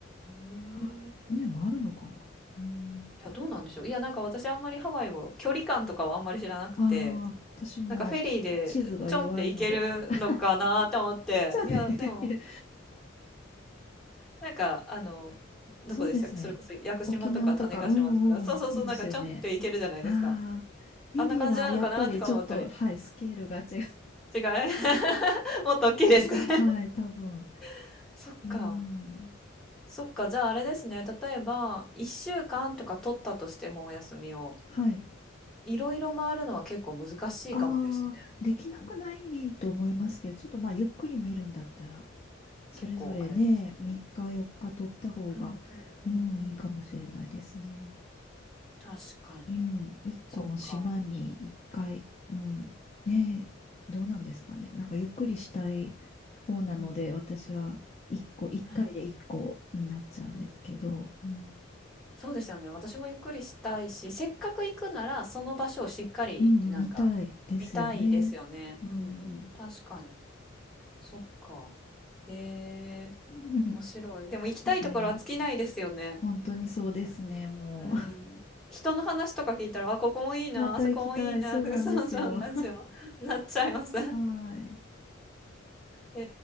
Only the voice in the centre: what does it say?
へえ。
い
や、どうなんでしょう。いや、なんか私あんまりハワイを、距離感とかはあんまり知らなくて、
なんかフェリーでちょんって行けるのかなと思って、
いや、でも、なんか、あの、
どこでしたっけそれこそ屋久島とか種子島とか、
そうそうそう、
なんかちょんって行けるじゃないですか。
あんな感じなのかなとか思ったり、
違い、<laughs> もっと大きいですかね。
<laughs> そっか。
そっか、じゃああれですね、例えば、1週間とか取ったとしてもお休みを、
いろいろ回るのは結構難しいかもですね。
結構あれですね。
うんうんうんうん。
確かに。
そっか。
うんうん。
はい。うんうん
そうですよね。私もゆっくりしたいし、せっかく行くなら、その場所をしっかり、
なんか、見たいですよね。
うんうん。確かに。そっか。へえ、
面白い。でも行きたいところは尽きないですよね。
うん。人の話とか聞いたら、あ、ここもいいな、
あそこもいいな、
とか、そうそうなんですよ。なっちゃいます。
へ